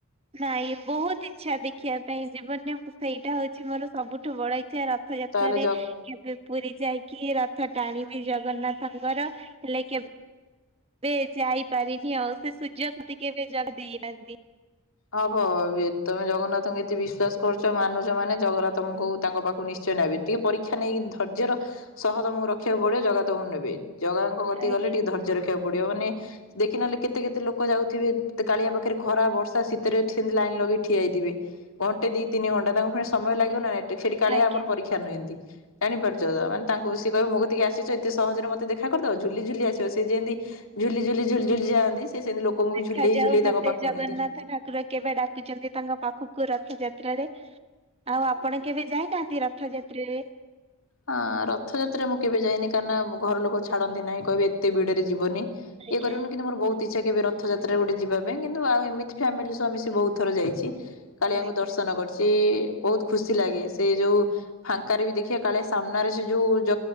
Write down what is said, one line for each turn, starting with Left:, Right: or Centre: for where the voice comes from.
Right: ନାଇଁ ବହୁତ ଇଚ୍ଛା ଦେଖିବା ପାଇଁ ଜୀବନରେ ସେଇଟା ହଉଛି ମୋର ସବୁଠୁ ବଡ ଇଚ୍ଛା ର ରଥ ଯାତ୍ରାରେ
Left: ତାହେଲେ ଜଗ
Right: କେବେ ପୁରୀ ଯାଇକି ରଥ ଟାଣିବି ଜଗନ୍ନାଥଙ୍କର ହେଲେ କେ କେବେ ଯାଇ ପାରିନି ଆଉ ସେ ସୁଯୋଗ ମତେ କେବେ ଜଗା ଦେଇନାହାନ୍ତି।
Left: ହବ ବି ତମେ ଜଗନ୍ନାଥଙ୍କୁ ଏତେ ବିଶ୍ୱାସ କରୁଛ ମାନୁଛ ମାନେ ଜଗନ୍ନାଥ ତମକୁ ତାଙ୍କ ପାଖକୁ ନିଶ୍ଚୟ ନେବେ। ଟିକେ ପରୀକ୍ଷା ନେଇକି ଧୈର୍ଯ୍ୟର ସହ ତମକୁ ରଖିବାକୁ ପଡିବ ଜଗା ତମକୁ ନେବେ। ଜଗାଙ୍କ କତିକି
Right: ଆଜ୍ଞା
Left: ଗଲେ ଟିକେ ଧୈର୍ଯ୍ୟ ରଖି ଯିବାକୁ ପଡିବ ମାନେ ଦେଖିନହେଲେ କେତେ କେତେ ଲୋକ ଯାଉଥିବେ କାଳିଆ ପାଖରେ ଖରା ବର୍ଷା ଶୀ ଭିତରେ ସେମିତି ଲାଇନ ଲଗେଇ ଠିଆଇଥିବେ ଘଣ୍ଟେ ଦିଇ ତିନି ଘଣ୍ଟା ତାଙ୍କୁ ଫୁଣି ସମୟ ଲାଗିବ ନା ନାଇ ଟେ ଫେରି କାଳିଆ
Right: ଆଜ୍ଞା
Left: ଆମର ପରୀକ୍ଷା ନିଅନ୍ତି। ଜାଣିପାରୁଛ ତ ମାନେ ତାଙ୍କୁ ସିଏ କହିବ ମୋ କତିକି ଆସିଛ ଏତେ ସହଜରେ ମତେ ଦେଖା କରିଦବ ଝୁଲିଝୁଲି ଆସିବ ସେ ଯେନ୍ତି ଝୁଲି ଝୁଲିଝୁଲି ଝୁଲି ଯାଆନ୍ତି ସିଏ ସେମିତି ଲୋକଙ୍କୁ
Right: ଦେଖାଯାଉ
Left: ବି ଝୁଲେଇ ଝୁଲେଇ
Right: ମତେ
Left: ତାଙ୍କ ପାଖକୁ
Right: ଜଗନ୍ନାଥ
Left: ନିଅନ୍ତି।
Right: ଠାକୁର କେବେ ଡାକୁଛନ୍ତି ତାଙ୍କ ପାଖକୁ ରଥଯାତ୍ରାରେ ଆଉ ଆପଣ କେବେ ଯାଇନାହାନ୍ତି? ରଥଯାତ୍ରା ରେ।
Left: ହଁ ରଥଯାତ୍ରା ମୁଁ କେବେ ଯାଇନି କାହିଁକି ନା ଘର ଲୋକ ଛାଡନ୍ତି ନାହିଁ କହିବେ ଏତେ ଭିଡରେ ଯିବନି।
Right: ଆଜ୍ଞା
Left: ଇଏ କରିବୁନୁ କିନ୍ତୁ ମୋର ବହୁତ ତ୍ ଇଚ୍ଛା କେବେ ରଥଯାତ୍ରାରେ ଗୋଟେ ଯିବା ପାଇଁ କିନ୍ତୁ ଆଉ ଏମିତି ଫ୍ୟାମିଲି ସହ ମିଶି ବହୁତ ଥର ଯାଇଛି। କାଳିଆଙ୍କୁ
Right: ଆଜ୍ଞା
Left: ଦର୍ଶନ କରିଛି ବହୁତ ଖୁସି ଲାଗେ ସେ ଯୋଉ ଫାଙ୍କାରେ ବି ଦେଖିବା କାଳିଆ ସାମ୍ନାରେ ସେ ଯୋଉ ଜ